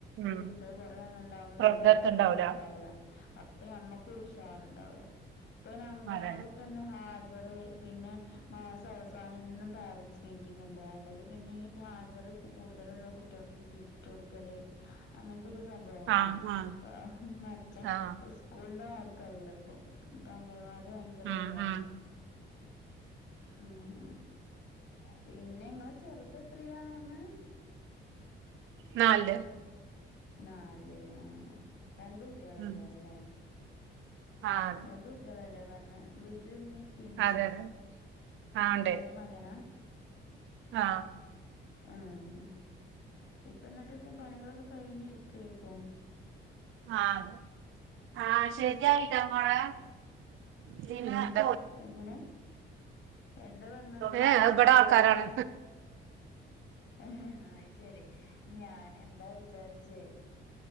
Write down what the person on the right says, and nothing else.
ഉം
പ്രകൃതത്തുണ്ടാവൂല
മഴ
ആ ആ
ആ
ഉം
ഉം
നാലില്
ഉം ആ അതെ
അതെ അതെ ആ ഉണ്ട്
ആ
ആ അതെ ആ ശരിയായിട്ടോ മോളെ <unintelligible>
ഏ എ അത്‌ ഇബടെ ആൾക്കാരാണ്